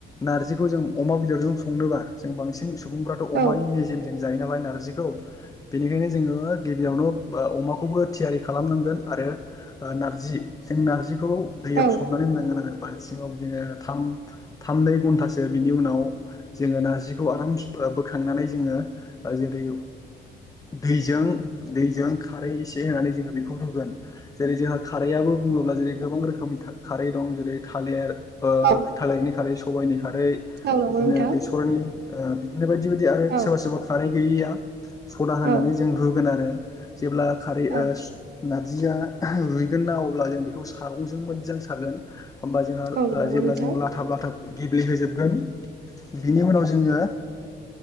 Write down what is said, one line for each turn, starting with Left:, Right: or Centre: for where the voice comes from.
Left: नारजिखौ जों अमा बेदरजों संनो जों बांसिन स सुबुंफ्राथ'
Right: औ
Left: अमानि मेजेमजों जायो नालाय नारजिखौ बेनिखायनो जोङो गिबियावनो अमाखौ थियारि खालामनोन आरो नारजि बेखौ दैयाव
Right: औ
Left: संनानै होनो नांगोन आरो बाल्थिङाव जोङो थाम थाम नै घन्टासो बिनि उनाव जोङो नारजिखौ आराम बोखांनानै जोङो जेरै दैजों दैजों खारै एसे होनानै जों बेखौ रुोगोन जेरै जोंहा खारैबो बुङोब्ला जेरै गोबां रोखोमनि खारै दं। ओरै थालिर
Right: औ
Left: थालिरनि खारै सबायाइनि खारै
Right: औ नंगौ
Left: बिदिनो
Right: नोंथां
Left: बेसरनि बेनो बायदि बायदि आरो
Right: औ
Left: सोरबा सोरबा खारै गैयियाव सदा होनानै
Right: औ
Left: जों रुगोन आरो जेब्ला खारै
Right: औ
Left: नारजिया रुइगोन ना अब्ला जों बेखौ सागंजों मोजां सागोन। होमबा जोंहा
Right: औ नंगौ
Left: जेब्ला
Right: नोंथां
Left: जों
Right: औ
Left: लाथाब लाथाब गेब्लेहोजोबगोन बिनि उनाव जोङो